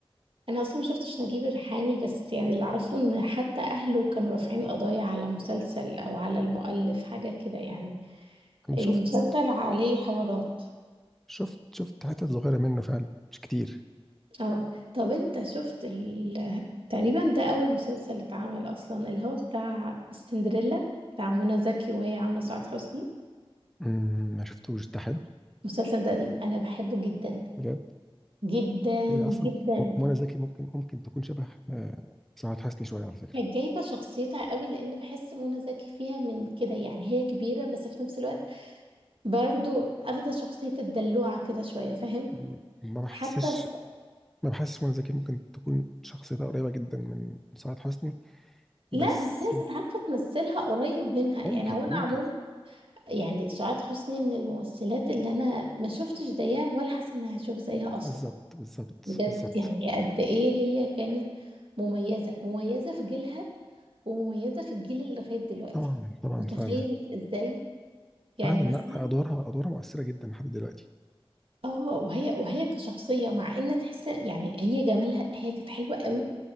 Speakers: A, on the right; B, in the centre.
A: انا اصلا ما شفتش نجيب الريحاني بس يعني اللي اعرفه ان حتى اهله كانوا رافعين قضايا على مسلسل او على المؤلف حاجة كده يعني
B: انا
A: المسلسل
B: شفت
A: عليه حوارات
B: شفت شفت حتت صغيرة منه فعلا مش كتير
A: اه طب انت شفت ال... تقريبا ده اول مسلسل اتعمل اصلا اللي هو بتاع سندريلا بتاع منى زكي وهي عامله سعاد حسني
B: مم، ما شفتوش ده حلو
A: المسلسل ده قديم انا بحبه جدا
B: بجد
A: جدا
B: هي أصلا
A: جدا
B: م- منى زكي ممكن ممكن تكون شبه آه، سعاد حسني شوية على فكرة
A: كانت جايبه شخصيتها قوي لان بحس منى زكي فيها من كده يعني هي كبيره بس في نفس الوقت برضو اخده شخصيه الدلوعه كده شويه فاهم
B: مم، ما بحسش
A: حتى في...
B: ما بحسش منى زكي ممكن تكون شخصيتها قريبة جدا من سعاد حسني بس
A: لا بس هي كانت عارفه تمثلها قريب منها
B: ممكن
A: يعني هو انا
B: ممكن
A: عموما يعني سعاد حسني من الممثلات اللي انا ما شفتش زيها ولا حاسه اني هشوف زيها اصلا
B: بالظبط بالظبط
A: بجد
B: بالظبط
A: يعني قد ايه هي كانت مميزه مميزه في جيلها ومميزه في الجيل اللي لغايه دلوقتي
B: طبعا طبعا
A: متخيل
B: فعلا
A: ازاي يعني
B: فعلا لا
A: مثلا
B: أدوارها أدوارها مؤثرة جدا لحد دلوقتي
A: اه وهي وهي كشخصيه مع ان تحس يعني هي جمالها هي كانت حلوه قوي